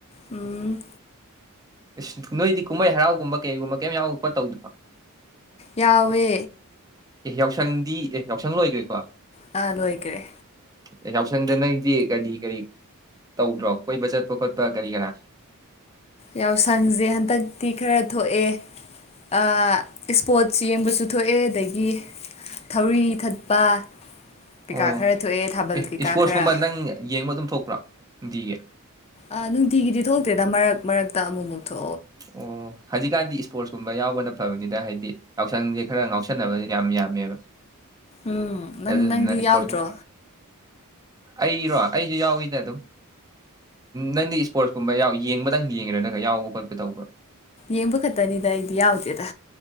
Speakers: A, on the left; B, on the right.
A: ꯎꯝ
B: ꯏꯁ ꯅꯣꯏꯗꯤ ꯀꯨꯝꯍꯩ ꯍꯔꯥꯎꯒꯨꯝꯕ ꯀꯩꯒꯨꯝꯕ ꯀꯩꯝ ꯌꯥꯎ ꯈꫭꯠ ꯇꯧꯗꯔꫭ
A: ꯌꯥꯎꯋꯦ
B: ꯑꯦ ꯌꯥꯎꯁꯪꯗꯤ ꯑꯦ ꯌꯥꯎꯁꯪ ꯂꯣꯏꯒ꯭ꯔꯦꯀꯣ
A: ꯑ ꯂꫭꯏꯒ꯭ꯔꯦ
B: ꯑꯦ ꯌꯥꯎꯁꯪꯗ ꯅꯪꯗꯤ ꯀꯔꯤ ꯀꯔꯤ ꯇꯧꯗ꯭ꯔꯣ ꯀꯣꯏꯕ ꯆꯠꯄ ꯈꯣꯠꯄ ꯀꯔꯤ ꯀꯔꯥ
A: ꯌꯥꯎꯁꯪꯁꯦ ꯍꯟꯗꯛꯇꯤ ꯈꯔ ꯊꯣꯛꯑꯦ ꯑ ꯏꯁꯄꯣꯔꯠꯁ ꯌꯦꯡꯕꯁꯨ ꯊꯣꯛꯑꯦ ꯑꯗꯒꯤ ꯊꯧꯔꯤ ꯊꯠꯄ ꯀꯩꯀꯥ
B: ꯑꯣ
A: ꯈꯔ ꯊꯣꯛꯑꯦ ꯊꯥꯕꯜ
B: ꯑꯦ
A: ꯀꯩꯀꯥ
B: ꯏꯁꯄꯣꯔꯠꯁꯀꯨꯝꯕ
A: ꯈꯔ
B: ꯅꯪ ꯌꯦꯡꯕ ꯑꯗꯨꯝ ꯊꯣꯛꯄ꯭ꯔꯥ ꯅꯨꯡꯇꯤꯒꯤ
A: ꯑꯥ ꯅꯨꯡꯇꯤꯒꯤꯗꯤ ꯊꯣꯛꯇꯦꯗ ꯃꯔꯛ ꯃꯔꯛꯇ ꯑꯃꯨꯛ ꯃꯨꯛ ꯊꯣ
B: ꯑꯣ ꯍꯧꯖꯤꯛꯀꯥꯟꯗꯤ ꯏꯁꯄꯣꯔꯠꯁꯀꯨꯝꯕ ꯌꯥꯎꯕꯅ ꯐꯕꯅꯤꯗ ꯍꯥꯏꯗꯤ ꯌꯥꯎꯁꯪꯁꯦ ꯈꯔ ꯉꯥꯎꯁꯟꯅꯕ ꯌꯥꯝ ꯌꯥꯝꯃꯦꯕ
A: ꯎꯝ ꯅꯪ
B: ꯑꯗꯨꯗꯨꯅ
A: ꯅꯪꯗꯤ
B: ꯏꯁꯄꯣꯔꯠꯁ
A: ꯌꯥꯎꯗ꯭ꯔꯣ
B: ꯑꯩꯔꯣ ꯑꯩꯁꯨ ꯌꯥꯎꯏꯗ ꯑꯗꯨꯝ ꯅꯪꯗꯤ ꯏꯁꯄꯣꯔꯠꯁꯀꯨꯝꯕ ꯌꯦꯡꯕꯗꯪ ꯌꯦꯡꯉꯦꯔꯣ ꯅꯪ ꯌꯥꯎꯕ ꯈꯣꯠꯄ ꯇꯧꯕ꯭ꯔꫭ
A: ꯌꯦꯡꯕ ꯈꯠꯇꯅꯤꯗ ꯑꯩꯗꯤ ꯌꯥꯎꯗꯦꯗ